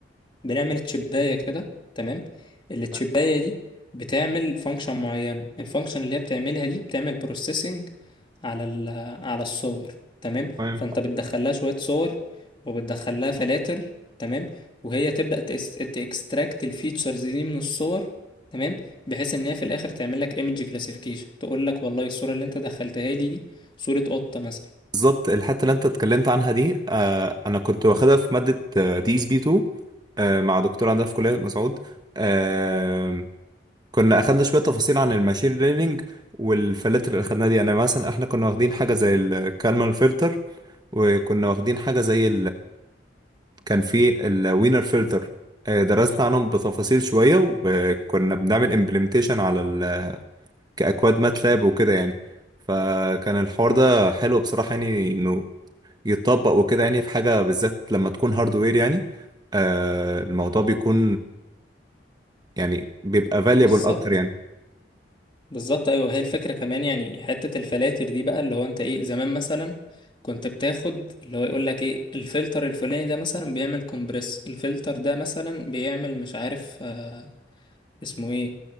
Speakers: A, on the left; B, on the right.
A: بنعمل تشباية كده تمام التشباية
B: طيب،
A: دي بتعمل فانكشن معينة الفانكشن اللي هي بتعملها دي بتعمل بروسيسنج على ال على الصور تمام
B: تمام
A: فانت بتدخلها شوية صور وبتدخلها فلاتر تمام وهي تبدأ تكستراكت الفيتشرز دي من الصور تمام بحيث ان هي في الاخر تعمل لك ايمج كلاسيفيكيشن تقول لك والله الصورة اللي انت دخلتها لي دي صورة قطة مثلا
B: بالظبط الحتة اللي انت اتكلمت عنها دي آه انا كنت واخدها في مادة دي اس بي 2 آه مع دكتور عندنا في كلية مسعود آه كنا اخدنا شوية تفاصيل عن الماشين ليرنينج والفلاتر اللي اخدناها دي يعني مثلا احنا كنا واخدين حاجة زي الكالمال فلتر وكنا واخدين حاجة زي كان في الوينر فلتر درسنا عنهم بتفاصيل شوية وكنا بنعمل امبلمنتيشن على ال... كأكواد ماتلاب وكده يعني فكان الحوار ده حلو بصراحة يعني انه يتطبق وكده يعني في حاجة بالذات لما تكون هاردوير يعني آه الموضوع بيكون يعني بيبقى valuable
A: بالظبط
B: اكتر يعني
A: بالظبط ايوه هي الفكره كمان يعني حته الفلاتر دي بقى اللي هو انت ايه زمان مثلا كنت بتاخد اللي هو يقول لك ايه الفلتر الفلاني ده مثلا بيعمل كومبريس الفلتر ده مثلا بيعمل مش عارف آه اسمه ايه